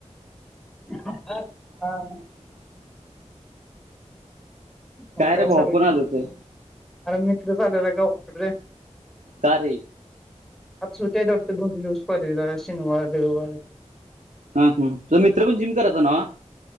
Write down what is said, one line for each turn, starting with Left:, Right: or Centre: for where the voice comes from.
Centre: <unintelligible> हा. मग काय
Right: रे भावा
Centre: चालु
Right: कोण
Centre: आहे,
Right: आलं होतं
Centre: अरे मित्र चालेला गावाकड रे.
Right: का रे?
Centre: आज सुट्टी आहे वाटतं दोन-तीन दिवस कॉलेज ला शनिवार रविवार.
Right: हा ह तुझा मित्र पण जिम करायचा नव्हं.